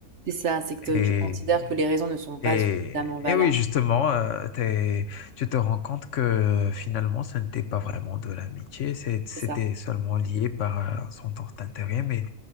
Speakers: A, on the right; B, on the left.
A: C'est ça, c'est que te-
B: Et,
A: tu considères que les raisons ne sont pas
B: et,
A: suffisamment valables.
B: et oui, justement, euh, t'es- tu te rends compte que finalement ce n'était pas vraiment de l'amitié, c'est- c'était
A: C'est ça.
B: seulement lié par euh, un centre d'intérêt. Mais,